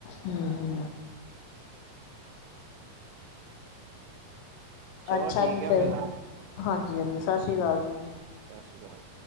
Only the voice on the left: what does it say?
ਹੂੰ-ਹੂੰ।
ਅੱਛਾ
ਜੀ ਫਿਰ,
ਹਾਂਜੀ-ਹਾਂਜੀ ਸਾਸਰੀ ਕਾਲ ਜੀ।